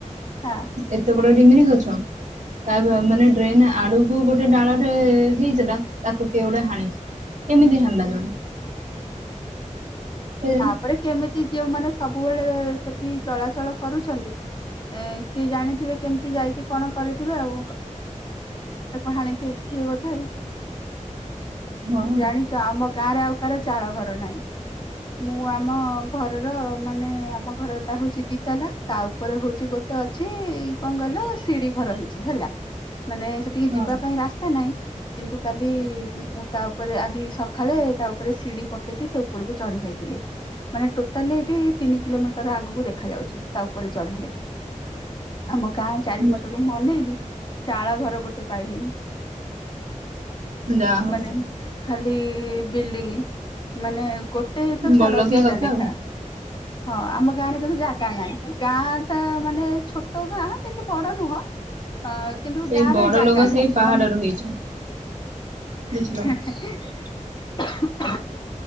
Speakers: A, on the left (about 35°); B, on the right (about 65°).
A: ହଁ
B: ଏତେ ଗୋଟେ ଡିମିରି ଗଛ ତା ବ-ମାନେ ଡ୍ରେନ୍ ଆଡକୁ ଗୋଟେ ଡାଳଟେ ଯିଇଥିଲା, ତାକୁ କିଏ ଗୋଟେ ହାଣିଚି କେମିତି ହାଣିଲା ଜଣେ। କେଜାଣି
A: ତାପରେ କେମିତି ଯୋଉ ମାନେ ସବୁବେଳେ ସେଠି ଚଳାଚଳ କରୁଛନ୍ତି। ଏଁ ସିଏ ଜାଣିଥିବେ କେମିତି ଯାଇକି କଣ କରିଥିବେ ଆଉ ତାକୁ ହାଣି ଥି ଥିବେ ବୋଧେ ଆଉ।
B: ହଁ
A: ଜାଣିଚ ଆମ ଗାଁରେ ଆଉ କାର ଚାଳ ଘର ନାହିଁ। ମୁଁ ଆମ ଘରର ମାନେ ଆମ ଘର ଟା ହଉଚି ଦିତାଲା ତା ଉପରେ ହଉଚି ଗୋଟେ ଅଛି କଣ କହିଲ ଶିଡି ଘର ହେଇଛି। ହେଲା ମାନେ ସେଠିକି
B: ହଁ
A: ଯିବା ପାଇଁ ରାସ୍ତା ନାହିଁ। କିନ୍ତୁ କାଲି ମୁଁ ତା ଉପରେ ଆଜି ସଖାଳେ ତା ଉପରେ ସିଡ଼ି ପକେଇକି ସେ ଉପରକୁ ଚଢ଼ି ଯାଇ ଥିଲି ମାନେ ଟୋଟାଲି ଏଠି ତିନି କିଲୋମିଟର୍ ଆଗକୁ ଦେଖ ଯାଉଛି। ତା ଉପରେ ଚଢିଲେ। ଆମ ଗାଁ ଚାରିପଟକୁ
B: ଯା-
A: ମୁଁ ଅନେଇଲି ଚାଳ ଘର ଗୋଟେ ପାଇଲିନି।
B: ଯାହା ହଉ
A: ମାନେ ଖାଲି ବିଲ୍ଡିଙ୍ଗ। ମାନେ ଗୋଟେ ତ ଛାଡ଼
B: ବଲକିଆ
A: ଦିଟା
B: କଥା
A: ଲେଖା।
B: ଆଉ
A: ହଁ ଆମ ଗାଁରେ କିନ୍ତୁ ଜାଗା ନାହିଁ। ଗାଁ ଟା ମାନେ ଛୋଟ ଗାଁ ବେଶୀ ବଡ ନୁହଁ। ହଁ କିନ୍ତୁ
B: ସେଇ
A: ଗାଁରେ
B: ବଡ
A: ଜାଗା
B: ଲୋକ ସେଇ
A: ନାହିଁ
B: ପାହାଡରୁ
A: ମାନେ
B: ହେଇଛ ବୁଝିଲ।
A: <unintelligible>